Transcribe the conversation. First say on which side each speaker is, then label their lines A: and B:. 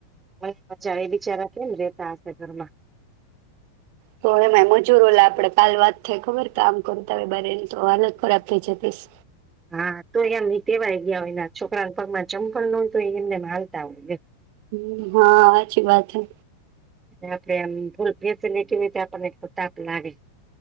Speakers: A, on the right (about 15°); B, on the right (about 45°).
A: મને મજા એ બિચારા <unintelligible>
B: તો એમાં મજૂરો લ આપડે કાલ વાત થઈ. ખબર તો આમ કરુંતા હોય. બરેની તો હાલત ખરાબ થઈ. જતીશ
A: હા તો એમ એ તેવાય ગયા હોયના છોકરાના પગમાં ચંપલ ન હોય તો એ એમને હાલતા હોય
B: હ હા સાચી વાત હૈ.
A: <unintelligible>